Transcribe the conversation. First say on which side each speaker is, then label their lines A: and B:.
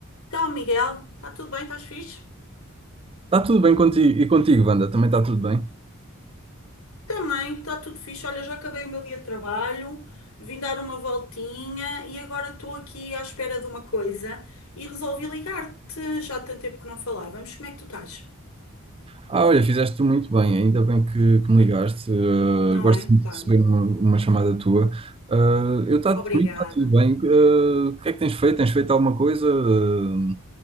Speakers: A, on the left; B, on the right.
A: Então, Miguel, está tudo bem? Estás fixe?
B: Está tudo bem contigo. E contigo, Wanda, também está tudo bem?
A: Também, está tudo fixe. Olha, já acabei o meu dia de trabalho, vim dar uma voltinha e agora estou aqui à espera de uma coisa e resolvi ligar-te. Já há tanto tempo que não falávamos. Como é que tu estás?
B: Ah, olha, fizeste tu muito bem, ainda bem que, que me ligaste. Eh,
A: Não
B: gosto
A: é?
B: muito
A: Claro.
B: de receber uma, uma chamada tua. Eh, eu tá,
A: Obrigada.
B: comigo está tudo bem. Eh, o que é que tens feito? Tens feito alguma coisa? Eh,